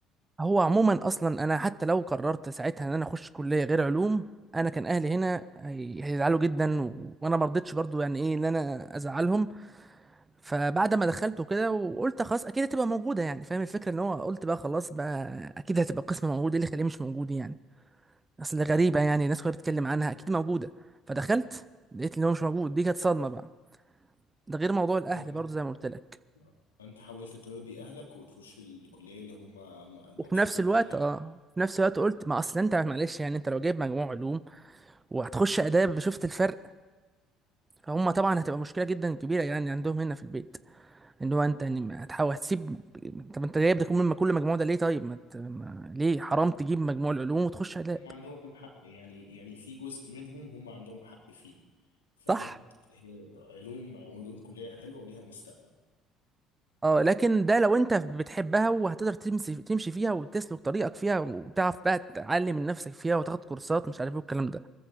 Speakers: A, on the right; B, on the left.
A: هو عموما أصلا أنا حتى لو قررت ساعتها إن أنا أخش كلية غير علوم أنا كان أهلي هنا هي- هيزعلوا جدا و... وأنا مرضتش برضه يعني إيه إن أنا أزعلهم فبعد ما دخلت وكده وقلت خلاص أكيد هتبقى موجودة يعني فاهم الفكرة إن هو قلت بقى خلاص بقى أكيد هتبقى قسم موجود إيه اللي يخليه مش موجود يعني اصل غريبه يعني الناس كلها بتتكلم عنها اكيد موجوده فدخلت لقيت ان هو مش موجود دي كانت صدمه بقى ده غير موضوع الاهل
B: انت
A: برضه زي ما قلت لك
B: آه. فانت حاولت ترضي اهلك وتخش الكلية اللي هم م-
A: وفي
B: مبسوطين
A: نفس الوقت
B: بيها يعني
A: اه في نفس الوقت قلت ما اصل انت معلش يعني انت لو جايب مجموع علوم وهتخش اداب شفت الفرق فهم طبعا هتبقى مشكله جدا كبيره يعني عندهم هنا في البيت ان هو انت يعني هتحاول هتسيب طب انت جايب ده كل ما كل مجموع ده ليه طيب ما... ت- ما... ليه حرام تجيب مجموع العلوم وتخش اداب
B: هم عندهم حق يعني يعني في جزء منهم هم عندهم حق فيه فاهم
A: صح
B: هي علوم علوم كلية حلوة وليها مستقبل
A: اه لكن ده لو انت بتحبها وهتقدر تمشي تمشي فيها وتسلك طريقك فيها وتعرف بقى تعلم من نفسك فيها وتاخد كورسات مش عارف ايه والكلام ده